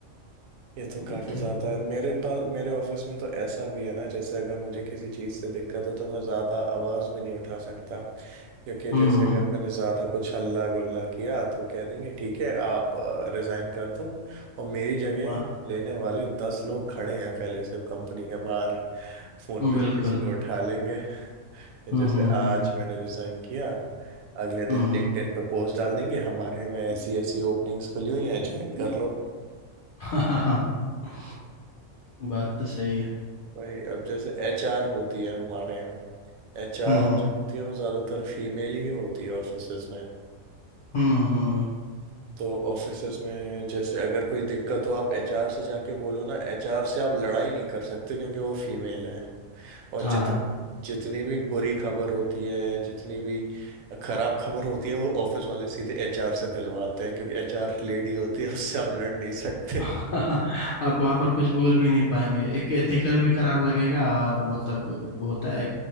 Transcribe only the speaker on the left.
ये तो
है
हम्म
वाह,
बिल्कुल
हम्म
हम्म
हम्म हम्म,
<laughs> हाँ हाँ हाँ <laughs> बात तो सही है
हम्म
हम्म हम्म हम्म,
हाँ
<laughs> आप वहां पर कुछ बोल भी नहीं पाएंगे एक एथिकल भी खराब लगेगा और मतलब होता है